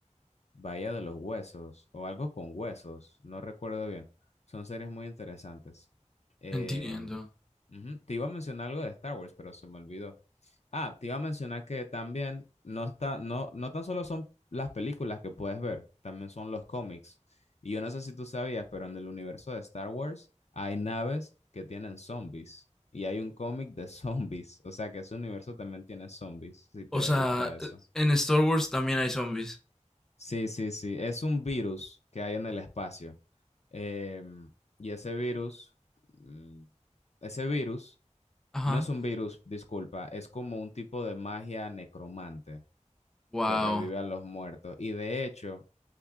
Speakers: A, on the left (about 60°); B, in the centre.
A: Bahía de los Huesos o algo con huesos, no recuerdo bien. Son series muy interesantes. Eh,
B: Entiendo.
A: ujú, Te iba a mencionar algo de Star Wars, pero se me olvidó. Ah, te iba a mencionar que también no está, no, no tan solo son las películas que puedes ver, también son los cómics. Y yo no sé si tú sabías, pero en el universo de Star Wars hay naves que tienen zombies y hay un cómic de <laughs> zombies, o sea que ese universo también tiene zombies, si te
B: O sea,
A: gusta eso.
B: eh, en Star Wars también hay zombies.
A: Sí, sí, sí. Es un virus que hay en el espacio. Em, y ese virus, mm, ese virus
B: Ajá.
A: no es un virus, disculpa, es como un tipo de magia necromante
B: Wow.
A: que revive a los muertos. Y de hecho,